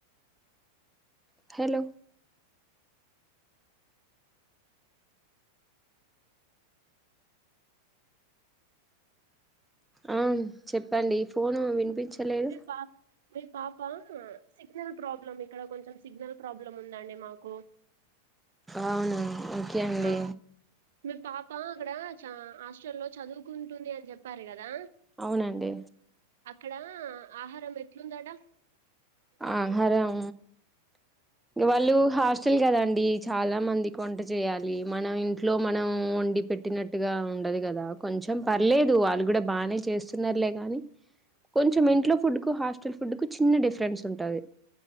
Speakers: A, in the centre; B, on the right.
A: hello ఆ చెప్పండి ఫోను వినిపించలేదు
B: మీ పాప మీ పాప సిగ్నల్ ప్రాబ్లం ఇక్కడ కొంచెం సిగ్నల్ ప్రాబ్లం ఉందండి మాకు
A: అవునా ఓకే అండి
B: ఆ మీ పాప అక్కడ చ హాస్టల్లో చదువుకుంటుంది అని చెప్పారు కదా
A: అవునండి
B: అక్కడ ఆహారం ఎట్లుందాడా
A: ఆహారం వాళ్ళు హాస్టల్ కదండి చాలా మందికి వంట చేయాలి మనం ఇంట్లో మనం వండి పె ట్టినట్టుగా ఉండదు కదా కొంచెం పర్లేదు వాళ్ళు కూడా బానే చేస్తున్నారులే గాని కొంచెం ఇంట్లో ఫుడ్ కు హాస్టల్ ఫుడ్ కు చిన్న డిఫరెన్స్ ఉంటది